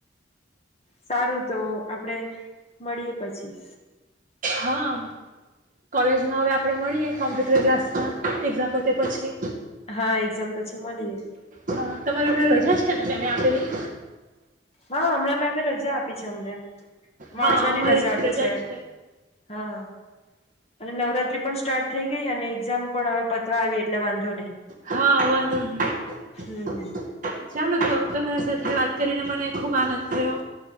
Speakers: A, on the left; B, on the right.
A: સારું તો આપડે મળીએ પછી.
B: હા કોલેજમાં હવે આપણે મળીએ કોમ્પ્યુટર ક્લાસમાં એક્ઝામ પતે પછી.
A: હા, એક્ઝામ પછી મલીએે.
B: હ તમારે હમણાં રજા છે મેમે એને આપેલી
A: હા હમણાં મેં એમને રજા આપી છે અમણે. વાંચવાની
B: હા અમારી
A: રજા
B: પણ
A: આપી છે
B: જ
A: હા. અને નવરાત્રી પણ સ્ટાર્ટ થઈ ગઈ અને એક્ઝામ પણ હવે પતવા આવી એટલે વાંધો નહીં.
B: હા વાંધો નહી
A: હમ.
B: ચાલો તો તમારા સાથે વાત કરીને મને ખુબ આનંદ હલો.